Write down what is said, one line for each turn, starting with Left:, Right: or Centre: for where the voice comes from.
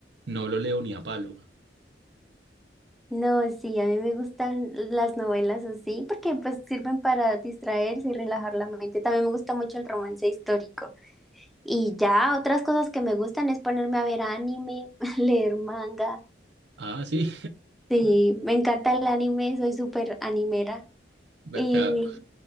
Right: no lo leo ni a palo.
Centre: No, sí, a mí me gustan las novelas así porque pues sirven para distraerse y relajar la mente. También me gusta mucho el romance histórico. Y ya otras cosas que me gustan es ponerme a ver anime, <laughs> leer manga.
Right: Ah, sí,
Centre: Sí, me encanta el anime, soy súper animera.
Right: <laughs> ¿verdad?
Centre: Y